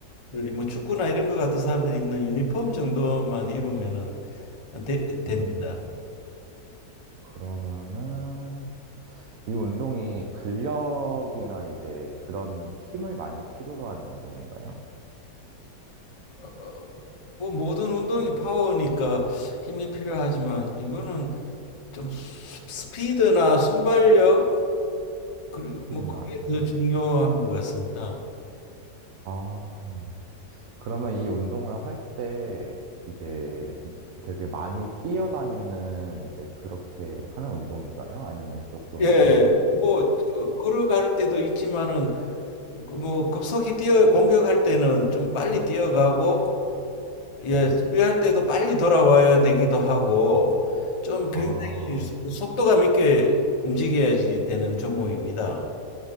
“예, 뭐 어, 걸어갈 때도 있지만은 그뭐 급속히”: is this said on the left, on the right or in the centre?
Left